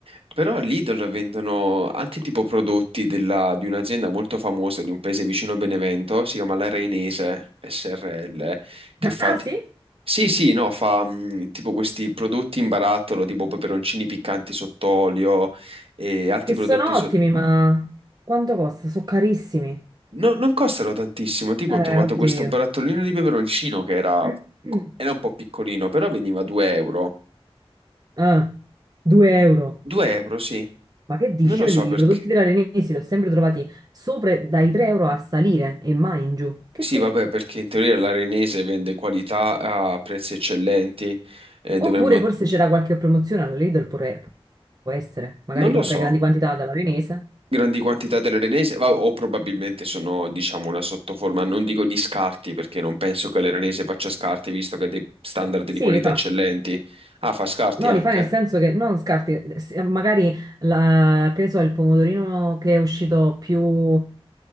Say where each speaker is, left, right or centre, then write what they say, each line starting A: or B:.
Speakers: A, on the right; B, on the right.
A: Però Lidl vendono anche tipo prodotti della- di un'azienda molto famosa di un paese vicino a Benevento, si chiama La Reinese SRL, che fa...
B: Ah
A: ti-
B: sì?
A: Sì, sì, no, fa mm, tipo questi prodotti in barattolo, tipo peperoncini piccanti sott'olio e altri
B: Che
A: prodotti
B: sono
A: sotto...
B: ottimi, ma quanto costa? Sono carissimi.
A: No, non costano tantissimo, tipo
B: Eh,
A: ho trovato
B: oddio.
A: questo barattolino di peperoncino che era,
B: <clears throat>
A: era un po' piccolino, però veniva 2 euro.
B: Ah, 2 euro.
A: 2 euro, sì.
B: Ma che dici?
A: Non lo
B: Io
A: so
B: li-
A: perché.
B: i prodotti dell'Arenesi li ho sempre trovati sopra dai 3 euro a salire e mai in giù. Che
A: Sì,
B: te-
A: vabbè, perché in teoria l'arenese vende qualità a prezzi eccellenti e dovremmo,
B: Oppure forse c'era qualche promozione alla Lidl, pure- può essere. Magari
A: non
B: compra
A: lo so,
B: in grandi quantità dall'Arenese.
A: grandi quantità dell'arenese, va- o probabilmente sono, diciamo, una sottoforma, non dico di scarti, perché non penso che l'arenese faccia scarti, visto che ha dei standard
B: Sì,
A: di qualità
B: li fa.
A: eccellenti. Ah, fa scarti
B: No,
A: anche?
B: li fa nel senso che non scarti, se- magari la, che ne so, il pomodorino che è uscito più, non